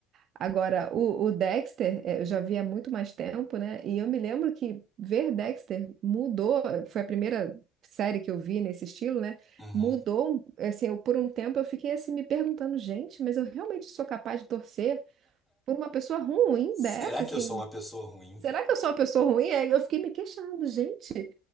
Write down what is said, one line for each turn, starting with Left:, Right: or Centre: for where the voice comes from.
Right: Agora, o, o Dexter, é, eu já vi há muito mais tempo, né? E eu me lembro que ver Dexter mudou, foi a primeira série que eu vi nesse estilo, né?
Centre: Uhum.
Right: Mudou, assim, eu, por um tempo eu fiquei assim me perguntando, gente, mas eu realmente sou capaz de torcer por uma pessoa ruim
Centre: Será
Right: dessa,
Centre: que
Right: assim,
Centre: eu sou uma pessoa ruim?
Right: será que eu sou uma pessoa ruim? Aí eu fiquei me questionando, gente,